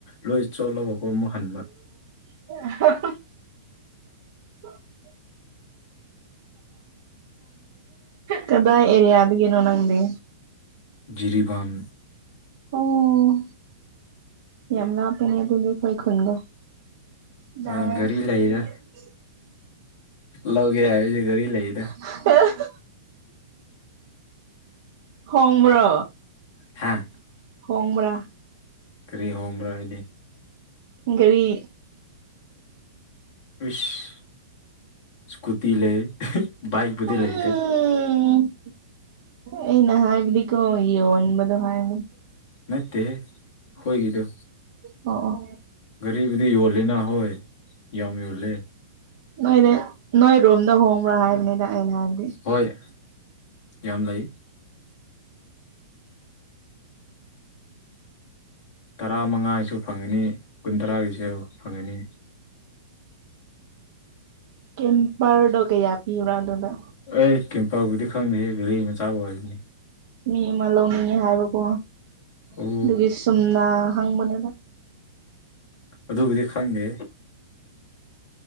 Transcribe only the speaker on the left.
ꯂꯣꯏ ꯆꯣꯠꯂꯒꯀꫭ ꯑꯃꯨꯛ ꯍꯟꯕ
<unintelligible>
ꯖꯤꯔꯤꯕꯥꯝ꯫
ꯑꯥ ꯒꯥꯔꯤ ꯂꯩꯔ ꯂꯧꯒꯦ ꯍꯥꯏꯑꯗꯤ ꯒꯔꯤ ꯂꯩꯗ
ꯍꯥꯥ꯫
ꯀꯔꯤ ꯍꯣꯡꯕ꯭ꯔꯥ ꯍꯥꯏꯗꯤ꯫
ꯏꯁ ꯏꯁꯀꯨꯇꯤ ꯂꯩ ꯕꯥꯏꯛ ꯄꯨꯗꯤ
ꯂꯩꯇ‍ꯦ
ꯅꯠꯇꯦꯍꯦ ꯑꯩꯈꯣꯏꯒꯤꯗꯣ
ꯒꯥꯔꯤꯕꯨꯗꯤ ꯌꯣꯜꯂꯦꯅ ꯍꯣꯏ ꯌꯥꯝ ꯌꯣꯜꯂꯦ꯫
ꯍꯣꯏ ꯌꯥꯝ ꯂꯩ ꯇꯔꯥ ꯃꯉꯥꯒꯤꯁꯨ ꯐꯪꯉꯅꯤ ꯀꯨꯟ ꯇꯔꯥꯒꯤꯁꯨ ꯐꯪꯒꯅꯤ꯫
ꯑꯩ ꯀꯩꯝꯄꯔꯕꯨꯗꯤ ꯈꯪꯗꯦ ꯒꯥꯔꯤ ꯃꯆꯥꯕ ꯑꯣꯏꯅꯤ
ꯑꯣ
ꯑꯗꯨꯕꯨꯗꯤ ꯈꯪꯗꯦ